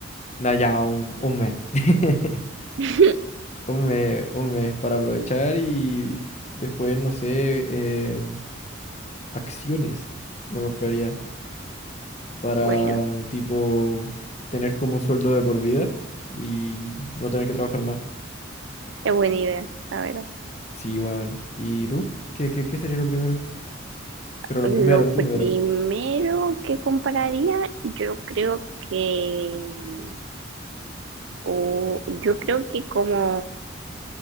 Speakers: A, on the left (about 35°); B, on the right (about 65°).
A: da ya un, un mes. <laughs>
B: <laughs>
A: Un mes, un mes para aprovechar y después, no sé, eh, acciones me compraría para,
B: bueno,
A: tipo, tener como un sueldo de por vida y no tener que trabajar más.
B: es buena idea, la verdad.
A: Sí, weón. ¿Y tú? ¿Qué, qué, qué sería lo primero? Pero lo
B: Lo
A: primero, lo
B: primero
A: primero.
B: que compraría, yo creo que, o yo creo que como,